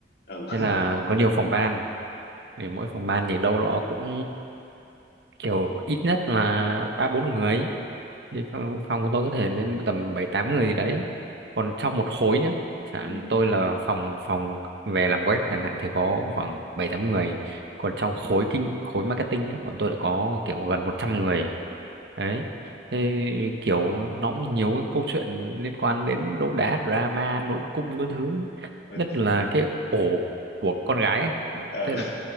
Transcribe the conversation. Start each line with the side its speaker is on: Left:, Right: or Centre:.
Left: ừ.
Right: nên là có nhiều phòng ban thì mỗi phòng ban thì đâu đó cũng kiểu ít nhất là ba bốn người thì phòng, phòng của tôi có thể lên tầm bảy tám người gì đấy còn trong một khối nữa chẳng
Left: <laughs> ừ.
Right: tôi là phòng phòng về làm web chẳng hạn thì có khoảng bảy tám người còn trong khối kinh khối marketing ấy, bọn tôi lại có kiểu gần 100 người đấy thế kiểu nó cũng nhiều cái câu chuyện liên quan đến đấu đá drama nội cung các thứ
Left: ừ.
Right: nhất là cái ổ của con gái ấy.
Left: ừ.
Right: thế là